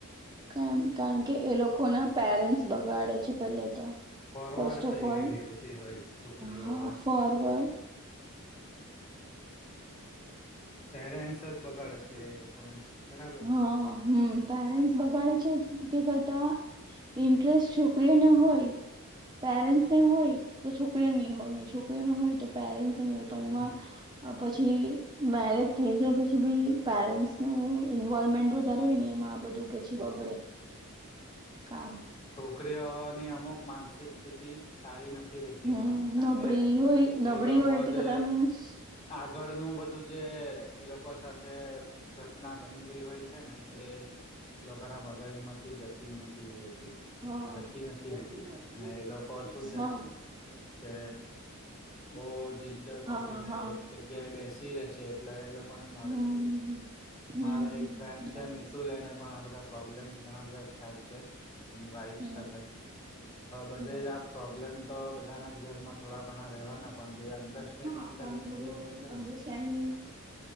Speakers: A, on the right (about 20°); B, on the left (about 35°).
A: કેમ? કારણ કે એ લોકો ના પેરેન્ટ્સ બગાડે છે પેલે તો.
B: ફોરવર્ડ
A: ફસ્ટ
B: થઈ
A: ઓફ
B: ગયેલી
A: ઓલ
B: બધી હોય છોકરીઓ
A: હા
B: હવે
A: ફરવર્ડ
B: પેરેન્ટ્સ
A: <inaudible>
B: જ બગાડે છે એ લોકોને બરાબર
A: હા
B: છે
A: હમ પેરેન્સ બગાડે છે કે તે કરતા ઇન્ટરેસ્ટ છોકરીઓને હોય પેરેન્ટસ ને હોય તો છોકરી ની હોય ને છોકરીઓને હોય તો પેરેન્સ ની હોય
B: હમ
A: પણ એમાં અ-પછી મેરેજ થઈ જાય પ ભી પેરેન્ટ્સનું ઇન્વોલ્મેન્ટ વધારે હોય ને એમાં આ બધું પછી બગડે. કામ
B: છોકરીઓની અમુક માનસિક સ્થિતિ સારી ના નથી રેતી
A: હમ
B: હમણાં કારણ
A: નબળી
B: કે
A: હોય નબળી
B: એ લોકો
A: હોય તે
B: જે
A: કદા મીન્સ
B: આગળ નું બધું જે એ લોકો સાથે ઘટના બની <inaudible> હોય છે ને એ લોકો ના મગજ માંથી જતી નથી રે જતી
A: હા
B: નથી
A: હા
B: હોતી ને એ લોકો શું છે કે બહું જિદ્દ પકડી
A: હા
B: ને
A: હા
B: એક જગ્યાએ એ બેસી રે છે એટલે નડે
A: હમ
B: બધું
A: હમ હમ
B: મારો
A: હમ
B: એક ફ્રેન્ડ છે
A: બરાબર.
B: મિતુંલ એને પણ આ બધા પ્રોબ્લેમ ઘણા બધા થાય છે. એની વાઈફ
A: હમ
B: સાથે બધે
A: હમ
B: જ આ પ્રોબ્લેમ તો બધાના જ ઘરમાં થોડા ઘણા રહેવાના પણ જે અન્ડરસ્ટેન્ડિંગ
A: હા પણ
B: કરીને
A: થોડું
B: જે રહે છે
A: અડરસ્ટેન્ડિંગ
B: ને